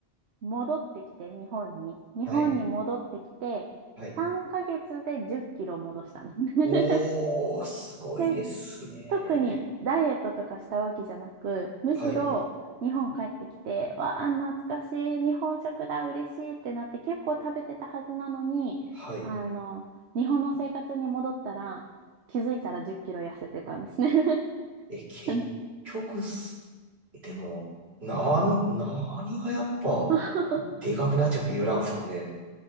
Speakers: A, on the right; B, on the right.
A: 戻ってきて、日本に。日本に戻ってきて、
B: はい、はい。
A: 3ヶ月で10キロ戻したね。<laughs>
B: おー、すごいですね。
A: で、特にダイエットとかしたわけじゃなく、むしろ日本帰ってきて、
B: はい、
A: わあ、懐かしい、日本食だ、嬉しいってなって結構食べてたはずなのに、
B: はい。
A: あの、日本の生活に戻ったら、気づいたら10キロ痩せてたんですね。<laughs>
B: え、結局す、
A: あの
B: でも、なん、何がやっぱ、
A: <laughs>
B: でかくなっちゃう理由なんですかね。